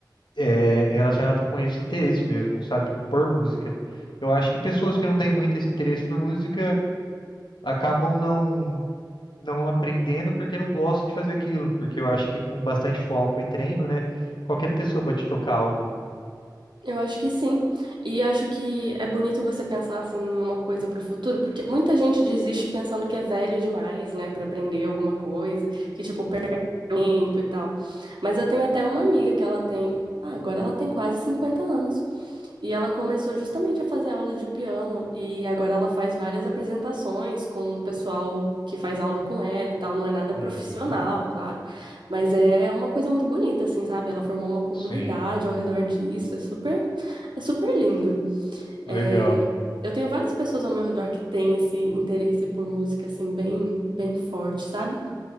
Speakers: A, on the left; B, on the right.
A: é, relacionado com esse interesse mesmo, sabe? Por música. Eu acho que pessoas que não têm muito esse interesse por música acabam não não aprendendo porque não gosto de fazer aquilo, porque eu acho que com bastante foco e treino, né, qualquer pessoa pode tocar algo.
B: Eu acho que sim. E acho que é bonito você pensar assim em uma coisa pro futuro, porque muita gente desiste pensando que é velho demais, né, Pra aprender alguma coisa, que tipo tempo e tal. Mas eu tenho até uma amiga que ela tem, ah, agora ela tem quase 50 anos. E ela começou justamente a fazer aula de piano e agora ela faz várias apresentações com o pessoal que faz aula com ela e tal. Não é nada profissional,
A: Uhum.
B: claro, mas é uma coisa muito bonita, assim, sabe? Ela formou uma comunidade
A: Sim,
B: ao redor disso. É super, é super lindo. É,
A: legal.
B: eu tenho várias pessoas ao meu redor que têm esse interesse por música, assim, bem, bem forte, sabe?